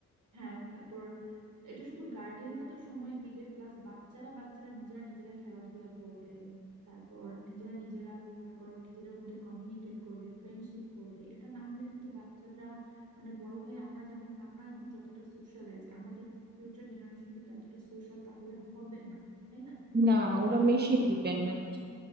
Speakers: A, on the right (about 85°); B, on the right (about 35°).
A: হ্যাঁ তারপর এটা শুধু গার্ডিয়ানরা তো সময় দিবে প্লাস বাচ্চারা বাচ্চারা নিজেরা নিজেরা খেলাধুলা করবে তারপর নিজেরা নিজেরা মনে করো নিজেদের মধ্যে কমিউনিকেট করবে ফ্রেন্ডশিপ করবে এটা না হলে কিন্তু বাচ্চারা মানে বড় হয়ে আমরা যেমন আমরা এখন যতটা সোশ্যালাইজ আমাদের ফিউচার জেনারেশন কিন্তু এতটা সোশ্যাল তাহলে হবে না তাই না
B: না
A: ওরা
B: ওরা
A: অতটা
B: মেশিন
A: ভালো ওদের
B: ডিপেন্ডেন্ট
A: কমিউনিকেশন